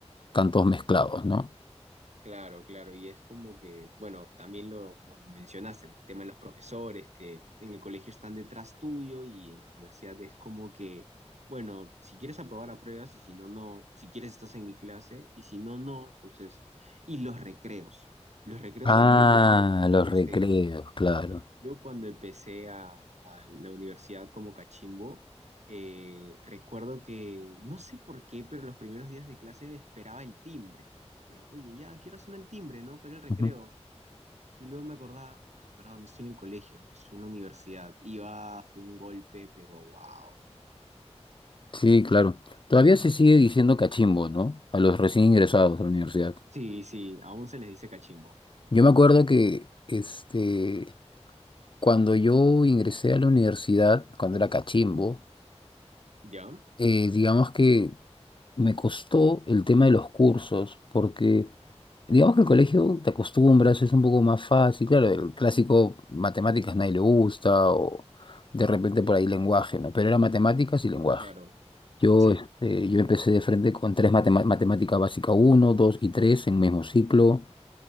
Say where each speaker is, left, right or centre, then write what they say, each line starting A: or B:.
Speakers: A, on the left; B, on the right.
A: están todos mezclados, ¿no?
B: Claro, claro, y es como que, bueno, también lo, como mencionaste, en el tema de los profesores, que en el colegio están detrás tuyo y en la universidad es como que, bueno, si quieres aprobar, apruebas y si no, no, si quieres estás en mi clase y si no, no, entonces, y los recreos, los recreos
A: Ah,
B: también yo me acuerdo cuando
A: los
B: empecé.
A: recreos, claro.
B: Yo cuando empecé a, a la universidad como cachimbo, eh, recuerdo que, no sé por qué, pero los primeros días de clase me esperaba el timbre. Eh, Oye, ya, quiero sonar el timbre, ¿no? Para el recreo.
A: Ujú.
B: Y luego me acordaba, ah, verdad, no estoy en el colegio, no estoy en la universidad. Y va, fue un golpe, pero wow.
A: Sí, claro. Todavía se sigue diciendo cachimbo, ¿no? A los recién ingresados a la universidad.
B: Sí, sí, aún se les dice cachimbo.
A: Yo me acuerdo que, este, cuando yo ingresé a la universidad, cuando era cachimbo,
B: ¿Ya?
A: eh, digamos que me costó el tema de los cursos, porque digamos que el colegio te acostumbras, es un poco más fácil. Claro, el clásico matemáticas nadie le gusta, o de repente por ahí lenguaje, ¿no? Pero era matemáticas y lenguaje.
B: Claro.
A: Yo,
B: Sí.
A: este, yo empecé de frente con tres matemáticas matemática básica uno 2 y 3 en mismo ciclo,